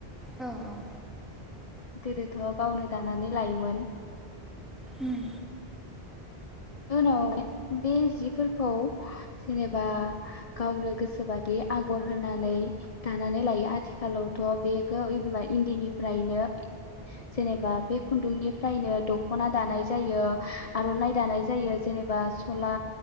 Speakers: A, in the centre; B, on the left.
A: औ औ।
B: गोदोथ' गावनो दानानै लायोमोन।
A: उम
B: उनाव बे जिफोरखौ जेनेबा गावनो गोसोबादि आगर होनानै दानानै लायो आथिखालावथ' बेखौ इन्दिनिफ्रायनो जेनेबा बे खुन्दुंनिफ्रायनो दख'ना दानाय जायो आर'नाइ दानाय जायो जेनेबा सला